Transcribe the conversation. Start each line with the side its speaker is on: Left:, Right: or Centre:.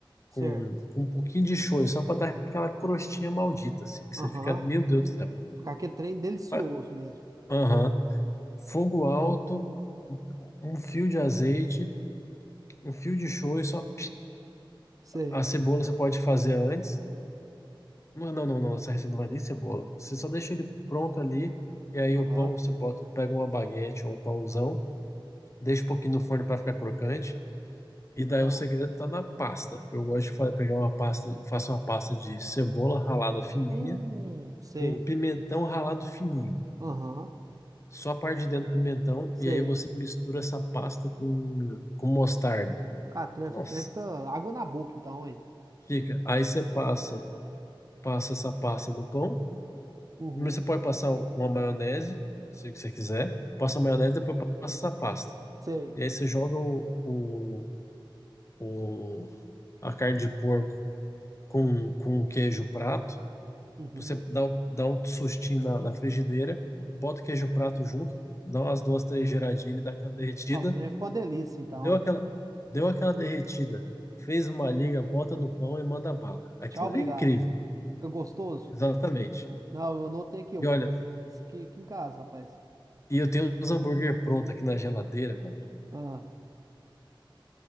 Left: com,
Right: Certo.
Left: com um pouquinho de shoyu, só para dar aquela crostinha maldita, assim, que você
Right: Aham.
Left: fica, meu Deus do céu.
Right: Ficar aquele trem delicioso
Left: ah
Right: mesmo.
Left: Aham. Fogo alto, um um fio de azeite, um fio de shoyu, só
Right: Sei.
Left: a cebola você pode fazer antes. Não, não, não, não, essa receita não vai nem cebola. Você só deixa ele pronto ali, e aí
Right: Aham.
Left: o pão você bota, pega uma baguete ou um pãozão, deixa um pouquinho no forno para ficar crocante. E daí
Right: Ah.
Left: o segredo tá na pasta. Eu gosto de fa- pegar uma pasta, eu faço uma pasta de cebola ralada fininha,
Right: Hum, sei.
Left: com um pimentão ralado fininho.
Right: Aham.
Left: Só a parte de dentro do pimentão,
Right: Sei.
Left: e aí você mistura essa pasta com, com mostarda.
Right: Cara, o trem
Left: Nossa,
Right: trem fica água na boca então, hein?
Left: fica. Aí você passa, passa essa pasta no pão,
Right: Uhum.
Left: mas você pode passar uma maionese, se você quiser. Passa a maionese, depois passa essa pasta.
Right: Sei.
Left: E aí você joga o, o, o- a carne de porco com, com o queijo prato
Right: Uhum.
Left: Você dá, o- dá um sustinho na, na frigideira, bota o queijo prato junto, dá umas duas, três giradinhas e dá aquela derretida.
Right: Ah, o trem ficou uma delícia, então,
Left: Deu
Right: hein?
Left: aquela, deu aquela derretida, fez uma liga, bota no pão e manda bala. Aquilo
Right: Tchau, obrigado.
Left: ali é incrível.
Right: Fica gostoso?
Left: Exatamente.
Right: Não, eu anotei aqui, eu
Left: E
Right: vou
Left: olha,
Right: fazer isso aqui, aqui em casa, rapaz.
Left: e eu tenho os hambúrguer pronto aqui na geladeira, meu amigo.
Right: Ah,